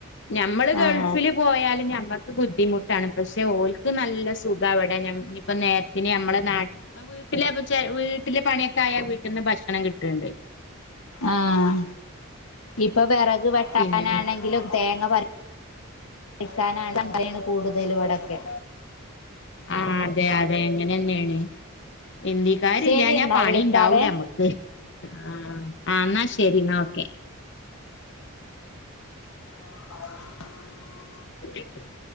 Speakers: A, on the left; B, on the left.
A: ഞമ്മളു ഗൾഫിലും
B: ആഹ്
A: പോയാലും ഞമ്മക്ക് ബുദ്ധിമുട്ടാണ് പക്ഷെ ഓൽക്ക് നല്ല സുഖാവിടെ ന ഇപ്പ നേരത്തിന് ഞമ്മടെ നാട്ടി വീട്ടിലെ വീട്ടില് പണിയൊക്കെ ആയാ വീട്ടിന്ന് ഭക്ഷണം കിട്ട്ണ്ട്
B: ആഹ് ഇപ്പൊ വെറക് വെട്ടാനാണെങ്കിലും.
A: പിന്നെ
B: തേങ്ങ പറി പറിക്കാനാണ് അങ്ങനെണ് കൂടുതല് ഇവിടൊക്കെ.
A: ആഹ് അതെ അതെ അങ്ങനെന്നേണ് ഹിന്ദി ക്കാരില്ലാഞ്ഞ
B: ശരി എന്നാ
A: പണിണ്ടാവൂലമ്മക്ക്
B: വിളിക്കാവേ
A: ആഹ് ആഹ് ഇന്നാ ശരി ഇന്നാ ഓക്കെ.
B: <unintelligible>
A: <unintelligible>